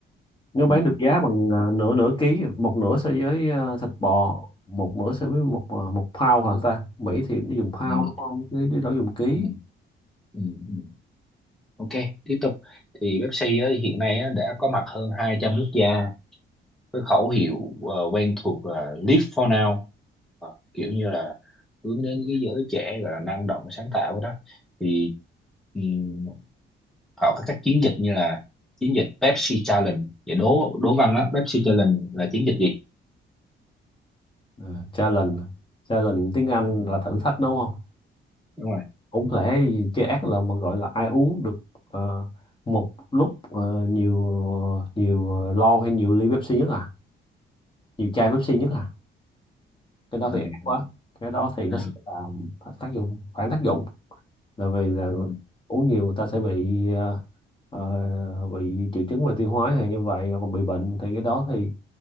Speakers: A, on the left (about 25°); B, in the centre.
A: Nếu bán
B: Ừ.
A: được giá bằng ờ, nửa nửa ký, một nửa so với ờ, thịt bò, một nửa so với một ờ, một pound hả ta? Mỹ thì nó dùng pound
B: Ừ.
A: đúng không? Chứ Chứ đó dùng ký.
B: Ừ. Ừ. Ừ. Ok tiếp tục thì Pepsi á, hiện nay á, đã có mặt hơn 200 quốc gia cái khẩu hiệu ờ, quen thuộc là Live for now Ờ, kiểu như là hướng đến cái giới trẻ gọi là năng động sáng tạo đó thì ừm, họ có các chiến dịch như là chiến dịch Pepsi Challenge và đố đố văn á Pepsi Challenge là chiến dịch gì
A: Ừ. Challenge, challenge tiếng Anh
B: Ừ,
A: là thử thách đúng không?
B: đúng rồi
A: Cũng lẽ gì chơi ác là mà gọi là ai uống được ờ, một lúc ờ, nhiều nhiều lon hay nhiều ly Pepsi nhất à? Nhiều chai Pepsi nhất à? Cái đó
B: Ừ.
A: thì ác
B: Ừ.
A: quá. Cái đó thì nó
B: ừ,
A: sẽ làm tác dụng phản tác dụng. là vì là
B: Rồi.
A: uống nhiều người ta sẽ bị ờ, ờ, bị triệu chứng về tiêu hóa hay như vậy còn bị bệnh thì cái đó thì